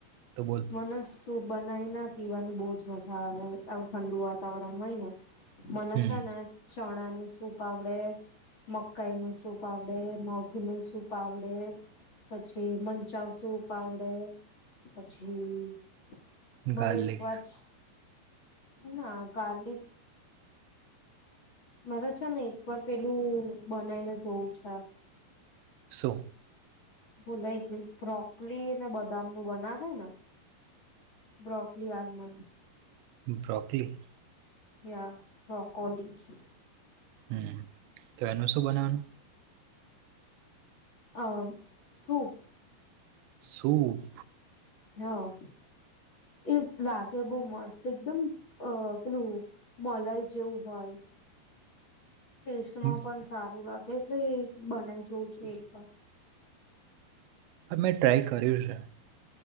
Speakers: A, on the right; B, on the left.
A: તો બોલ.
B: નો સુપ બનાઈ ને પીવાની બહુજ મજા આવે આવું ઠંડુ વાતાવરણ હોય ને. મને
A: હમ
B: છે ને ચણા નું સૂપ આવડે. મકાઈ નું સુપ આવડે મગ નું સુપ આવડે. પછી મંચાવ સુપ આવડે. છે મારે
A: ગાર્લિક
B: એક વાર. ના નહી મને છેને એક પર. પેલું બનાવીને જોવું છે અ.
A: શું
B: ભૂલાઈ ગયુ બ્રોકોલી ને બદામ નું બનાવ. હે ને બ્રોકલી આલમંડ.
A: બ્રોકલી.
B: યા બ્રોકોલી.
A: હમ તો એનું શું બનાવવાનુ.
B: અ મ સૂપ.
A: સૂપ.
B: હા એ લાગે બૌ મસ્ત એકદમ અ પેલું મલાઈ જેવું હોય. ટેસ્ટમાં
A: બરાબર
B: પણ સારું લાગે એટલે બનાઈ જોવું છે એક વાર.
A: અમે ટ્રાય કર્યું છે.